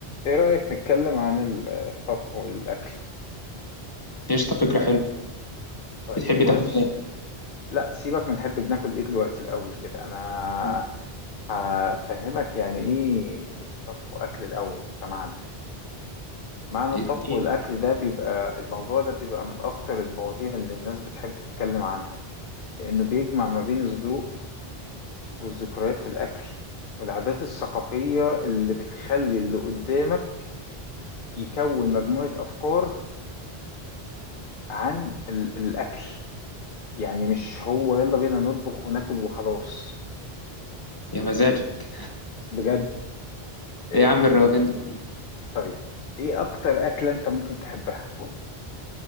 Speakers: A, on the left; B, on the left.
A: ايه رأيك نتكلم عن الطبخ والأكل
B: قشطة فكرة حلوة
A: طيب
B: بتحبي
A: بص
B: تاكل ايه؟
A: لا سيبك من نحب بناكل ايه دلوقتي الأول كده انا
B: مم.
A: هفهمك يعني ايه طبخ وأكل الأول كمعنى معنى الطبخ
B: اديه
A: والأكل ده بيبقى الموضوع ده بيبقى من أكتر المواضيع اللي الناس بتحب تتكلم عنها لأنه بيجمع ما بين الذوق والذكريات في الأكل والعادات الثقافية اللي بتخلي اللي قدامك يكون مجموعة أفكار عن ال- الأكل يعني مش هو يلا بينا نطبخ وناكل وخلاص
B: يا مزاجك
A: بجد إيه
B: ايه يا عم الروجان ده كله
A: طيب ايه اكتر اكلة انت ممكن تحبها